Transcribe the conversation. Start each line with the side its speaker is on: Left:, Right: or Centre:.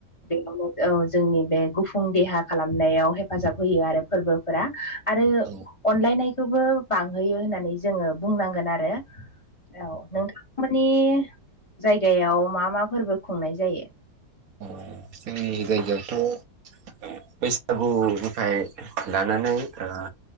Left: बेयावनो औ जोंनि बे गुफुं देहा खालामनायाव हेफाजाब होयो आरो फोरबोफोरा। आरो
Right: औ
Left: अनलायनायखौबो बांहोयो होननानै जोङो बुंनांगोन आरो। याव नोंथां मोननि जायगायाव मा मा फोरबो खुंनाय जायो?
Right: अ जोंनि जायगायावथ' बैसागुनिफ्राय लानानै ओ